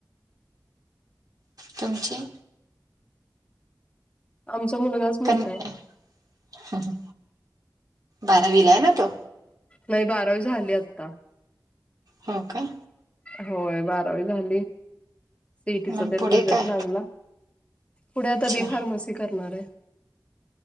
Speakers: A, on the right (about 55°); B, on the left (about 15°).
A: तुमची.
B: आमचा मुलगाच. मोठा
A: कांहीं
B: आहे
A: नाहीं बारावीलां आहे नां तो
B: नाहीं बारांवी झालीं आता
A: हो कां
B: होयं बारांवी झालीं सिटीचां
A: मग
B: त्यांनां
A: पुढे
B: रिझल्ट
A: काय
B: लागलां पुढे आतां
A: अच्छा
B: बी फार्मसी करणारं आहे